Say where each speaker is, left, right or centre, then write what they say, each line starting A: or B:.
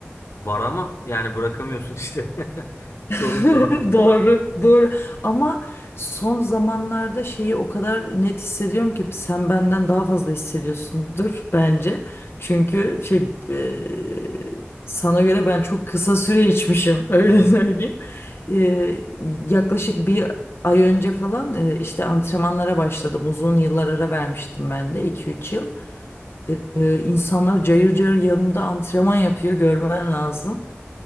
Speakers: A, on the left; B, on the left.
A: Var ama yani bırakamıyorsun işte. <laughs> Sorun
B: <laughs>
A: da. o.
B: Doğru, doğru. Ama son zamanlarda şeyi o kadar net hissediyorum ki sen benden daha fazla hissediyorsundur bence. Çünkü şey e, sana göre ben çok kısa süre içmişim <laughs> öyle
A: Evet.
B: söyleyeyim. E, yaklaşık bir ay önce falan e, işte antrenmanlara başladım. Uzun yıllar ara vermiştim ben de iki üç yıl. E, e, insanlar cayır cayır yanımda antrenman yapıyor görmen lazım.